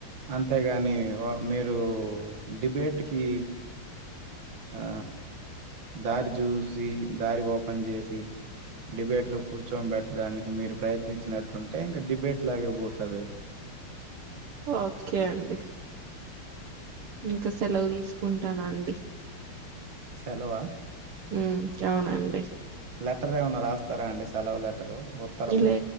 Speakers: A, on the right (about 60°); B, on the right (about 80°).
A: అంతేగాని మీరు డిబేట్ కి ఆ దారి చూసి దారి ఓపెన్ చేసి డిబేట్ లో కూర్చోని పెట్టడానికి మీరు ప్రయత్నించినట్టుంటే ఇంకా డిబేట్ లాగే పోతదది.
B: ఓకే అండి ఇంకా సెలవు తీసుకుంటానండి
A: సెలవా
B: ఉ అవునండి
A: లెటర్ ఏమన్నా రాస్తారా అండి సెలవు లెటరు ఉత్తరం
B: లే